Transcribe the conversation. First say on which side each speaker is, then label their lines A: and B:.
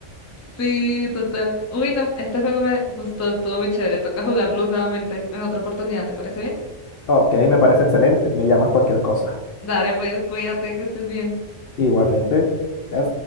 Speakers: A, on the left; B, on the left.
A: Sí, total. Uy, no, este juego me gustó, estuvo muy chévere. Toca jugarlo nuevamente en otra oportunidad, ¿te parece bien?
B: Ok, me parece excelente, me llamas cualquier cosa.
A: Dale, pues, cuídate, que estés bien.
B: Igualmente, ya